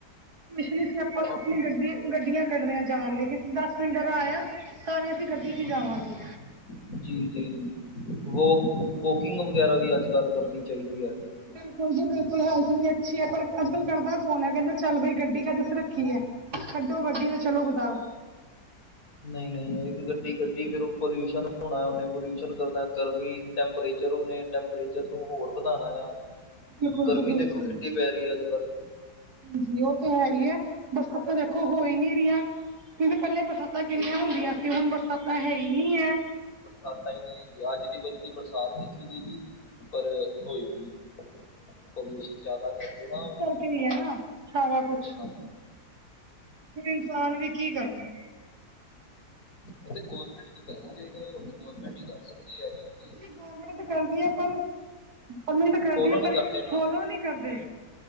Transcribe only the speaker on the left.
ਆਪ-
ਹਾਂਜੀ,
ਜੀ ਜੀ ਵੋਕ ਵੋਕਿੰਗ ਵਗੈਰਾ ਵੀ ਅੱਜ ਕੱਲ੍ਹ ਕਰਨੀ ਚਾਈਦੀ ਐ।
ਨਈ ਨਈ ਇੱਕ ਗੱਡੀ ਕੱਢੀ ਫੇਰ ਓ ਪੋਲਿਊਸ਼ਨ ਹੋਣਾ, ਓਨੇ ਪੋਲਿਊਸ਼ਨ ਕਰਨਾ ਗਰਮੀ ਟੈਂਪਰੇ- ਚਰ ਓਨੇ ਟੈਂਪਰੇਚਰ ਨੂੰ ਹੋਰ ਵਧਾਣਾ ਆ।
ਗਰਮੀ
ਦੇਖੋ ਕਿੱਡੀ ਪੈ ਰੀ ਐ ਅੱਜ ਕੱਲ੍ਹ।
ਬਰਸਾਤਾਂ ਹੀ ਨਈਂ ਹੈਗੀ ਅੱਜ ਦੀ ਬਲਕੀ ਬਰਸਾਤ ਲਿੱਖੀ ਦੀ ਹੀ। ਪਰ ਹੋਈ ਨੀਂ ਪੋਲਿਊਸ਼ਨ ਜ਼ਿਆਦਾ ਕਰਕੇ ਨਾ
ਹਾਂਜੀ।
ਏਥੇ ਗੌਰਰਮੈਂਟ ਤੋਂ ਪੈਣਾ ਚਾਈਦਾ ਗੌਰਰਮੈਂਟ ਈ ਕਰ ਸਕਦੀ ਆ ਜੂਂ।
ਫੋਲੋ
ਨਹੀਂ
ਕਰਦੇ ਨਾ